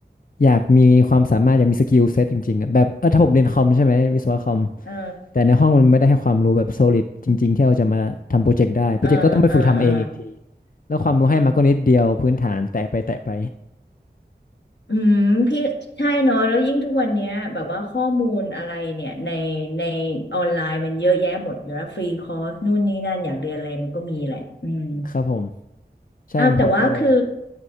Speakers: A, on the left (about 55°); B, on the left (about 80°).
A: อยากมีความสามารถอยากมีสกิลเซ็ตจริงๆอะแบบเออถ้าผมเรียนคอมใช่ไหมวิศวะคอม
B: <laughs> เออ
A: แต่ในห้องมันไม่ได้ให้ความรู้แบบ solid จริงๆที่เราจะมาทำโปรเจกต์ได้โปรเจกต์ก็ต้องไปฝึกทำเองอีกที
B: เออเออเออ
A: แล้วความรู้ให้มาก็นิดเดียวพื้นฐานแตะไปแตะไป
B: อืมพี่ใช่เนาะแล้วยิ่งทุกวันเนี้ยแบบว่าข้อมูลอะไรเนี่ยในในออนไลน์มันเยอะแยะหมดอยู่แล้วฟรีคอร์สนู่นนี่นั่นอยากเรียนอะไรมันก็มีแหละอืม
A: ครับผมใช่ผมก็เลย
B: อ้าวแต่ว่าคือ